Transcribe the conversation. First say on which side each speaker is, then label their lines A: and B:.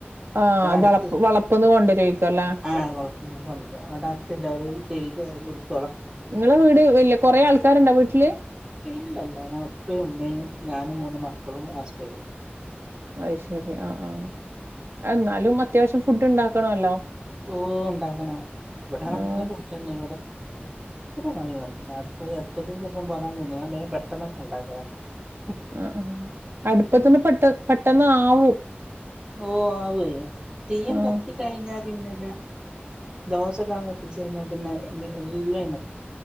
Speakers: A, on the right; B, on the right.
A: ആഹ്
B: ഇവിടെ
A: ആഹ്
B: അടുത്ത്
A: വളപ്പ് വളപ്പ്ന്ന് കൊണ്ടരേക്കും അല്ലേ
B: ആ കൊണ്ടും അവിടെ അടുത്ത്ല്ല ഓര് <unintelligible>
A: നിങ്ങളെ വീട് വലിയ കൊറെ ആൾക്കാരിണ്ട വീട്ടിൽ വീട്ടിൽ
B: ഇല്ലല്ല ഞാൻ ഉപ്പയും ഉമ്മയും ഞാനും മൂന്നും മക്കളും ഹസ്ബൻഡും
A: അത് ശരി ആ ആ എന്നാലും അത്യാവശ്യം ഫുഡ് ഉണ്ടാക്കണമല്ലോ
B: ഓ ഉണ്ടാക്കാണം ഇവിടെ നല്ല
A: ആഹ്
B: ഫുഡ്‌ത്തന്നെ മായി അടു അടു ചെപ്പം പോകൻ തന്ന ഞാൻ ഭയ പെട്ടെന്നൊക്കെ ഉണ്ടാക്കരാ <unintelligible>
A: ആ അടുപ്പത്തിന്ന് പെട്ട പെട്ടെന്ന് ആകും ആവോയ്യ്
B: ഓ ആവോ തീ അങ്ങ്
A: ആഹ്
B: കത്തിക്കാഴിഞ്ഞാ പിന്നെ ദോശക്ക് കത്തിച്ച് കഴിഞ്ഞ പിന്നെ എല്ലാം